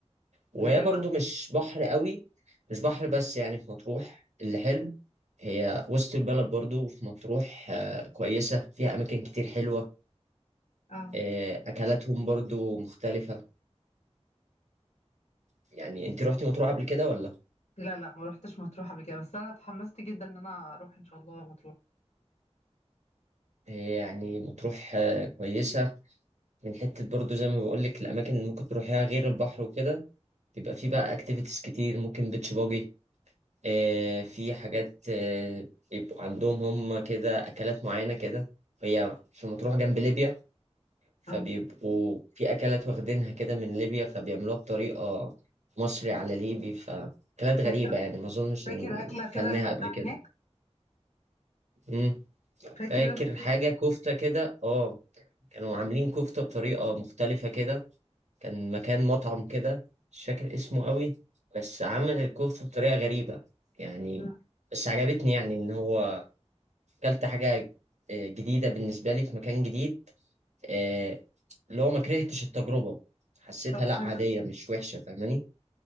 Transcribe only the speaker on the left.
ده حلو
قوي
اه
لا لا ما روحتش مطروح قبل كده بس انا اتحمست جدا ان انا اروح ان شاء الله مطروح
اه
فاكر
فاكر
اكله كده
اكلتها
هناك
فاكر
انت
حاجه
مم.
طب حلو